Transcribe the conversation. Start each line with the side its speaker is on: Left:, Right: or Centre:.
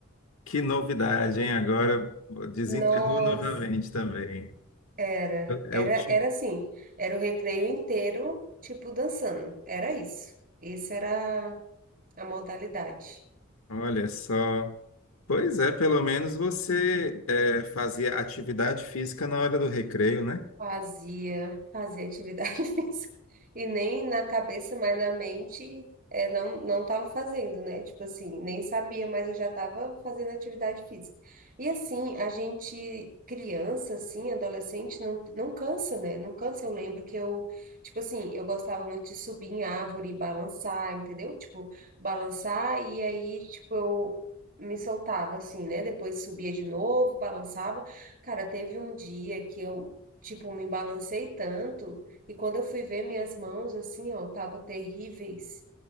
Left: Que novidade, hein? Agora desenterrou
Right: Nossa,
Left: novamente também.
Right: era, era,
Left: É, é o ti-
Right: era assim, era o recreio inteiro, tipo, dançando, era isso. Isso era a modalidade.
Left: Olha só. Pois é, pelo menos você é, fazia atividade física na hora do recreio, né?
Right: Fazia, fazia atividade <laughs> física. E nem na cabeça, mas na mente, é, não, não tava fazendo, né? Tipo assim, nem sabia, mas eu já tava fazendo atividade física. E assim, a gente, criança, assim, adolescente, não, não cansa, né? Não cansa. Eu lembro que eu, tipo assim, eu gostava muito de subir em árvore e balançar, entendeu? Tipo, balançar e aí, tipo, eu me soltava, assim, né? Depois subia de novo, balançava. Cara, teve um dia que eu Tipo, me balancei tanto e quando eu fui ver minhas mãos assim, ó, tava terríveis.